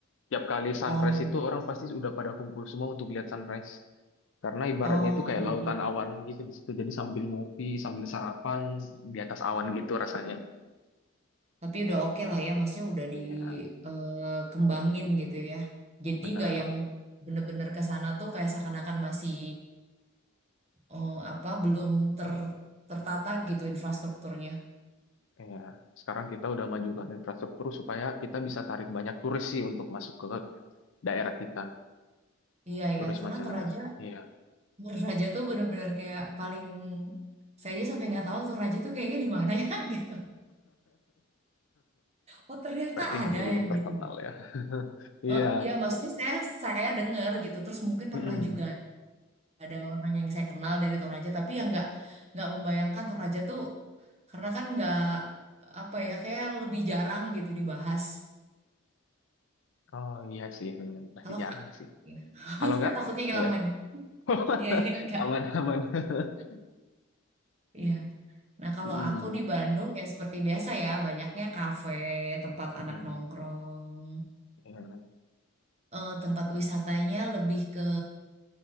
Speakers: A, on the left (about 60°); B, on the right (about 30°).
A: tiap kali
B: Oh,
A: sunrise itu orang pasti udah pada kumpul semua untuk lihat sunrise. Karena ibaratnya
B: oh
A: itu kayak
B: jadi
A: lautan awan gitu di situ. Jadi sambil ngopi, sambil sarapan di atas awan gitu rasanya.
B: tapi udah oke lah ya, maksudnya udah
A: Iya,
B: dikembangin gitu ya. Jadi
A: benar.
B: nggak yang bener-bener ke sana tuh kayak seakan-akan masih eh, apa belum ter tertata gitu infrastrukturnya.
A: Iya. Sekarang kita udah majukan infrastruktur supaya kita bisa tarik banyak turis sih untuk masuk ke daerah kita,
B: Iya
A: turis
B: ya, karena
A: mancanegara.
B: Toraja
A: Iya,
B: Menurut Raja tuh bener-bener kayak paling saya aja sampai nggak tahu tuh Raja tuh kayaknya di mana ya <laughs> gitu. Oh ternyata
A: berarti
B: ada
A: masih belum
B: yang
A: terkenal
B: gitu.
A: ya. <laughs> Iya.
B: Oh ya maksudnya saya saya dengar gitu. Terus mungkin
A: Mm-mm.
B: pernah juga ada orang yang saya kenal dari Toraja tapi yang nggak nggak membayangkan Toraja tuh karena kan nggak apa ya kayak lebih jarang gitu dibahas.
A: Oh iya sih, memang masih
B: Halo
A: jarang
B: Kak.
A: sih.
B: Ya. <laughs>
A: Halo
B: Saya
A: gak?
B: takutnya hilang
A: Iya.
B: lagi.
A: <laughs>
B: Iya iya enggak.
A: Aman, aman. <laughs>
B: Iya. Nah, kalau
A: Mm-mm.
B: aku di Bandung ya seperti biasa ya, banyaknya kafe, tempat
A: Mm-mm.
B: anak nongkrong.
A: Iya.
B: eh, tempat wisatanya lebih ke